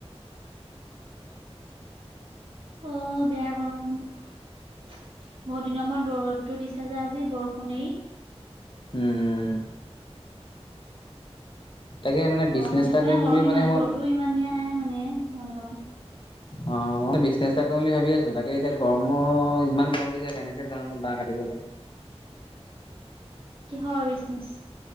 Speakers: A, on the right; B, on the left.
A: অ বেয়া গৰম। বহুত দিনৰ মূৰত ৰদটো দিছে যে আজি বৰষুণে এৰি।
B: উম উম। তাকে মানে
A: গৰম
B: বিজনেছ
A: উঠিক
B: এটা
A: মানে
B: কৰিম
A: গৰম
B: বুলি
A: ইমান
B: মই
A: ৰ'দো ইমান দিয়া নাই মানে অকমান অকমান।
B: অ মই বিজনেচ এটা কৰিম বুলি ভাবি আছো। তাকে এতিয়া গৰম ইমান গম দিছে কেনেকে যাওঁ জানো বাঁহ কাটিবলে।
A: কিহৰ বিজনেচ?